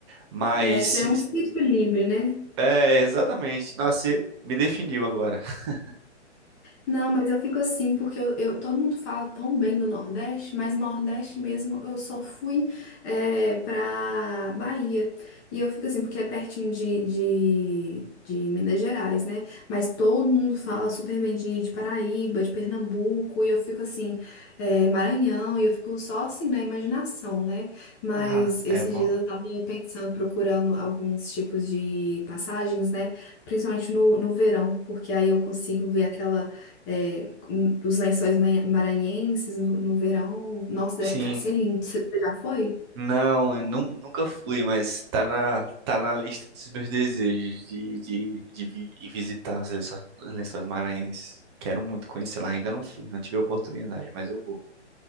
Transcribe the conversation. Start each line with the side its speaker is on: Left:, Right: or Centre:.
Right: Mas
Left: É, você é um espírito livre, né?
Right: é exatamente, nossa, você me definiu agora. <laughs>
Left: Não, mas eu fico assim, porque eu, eu- todo mundo fala tão bem do Nordeste, mas Nordeste mesmo eu só fui é, pra Bahia. E eu fico assim, porque é pertinho de, de, de Minas Gerais, né? Mas todo mundo fala super bem de, de Paraíba, de Pernambuco, e eu fico assim, é, Maranhão, e eu fico só assim na imaginação, né? Mas
Right: Ah,
Left: esses
Right: é bom.
Left: dias eu tava pensando, procurando alguns tipos de passagens, né? Principalmente no, no verão, porque aí eu consigo ver aquela é, hum, os lençóis manha- maranhenses no, no verão. Nossa, deve
Right: Sim.
Left: ficar, ser lindo. Você você já foi?
Right: Não, eu nun- nunca fui, mas tá na, tá na lista dos meus desejos de, de, de vi- ir visitar as Lençóis, as Lençóis Maranhenses. Quero muito conhecer lá, ainda não fui, não tive a oportunidade, mas eu vou.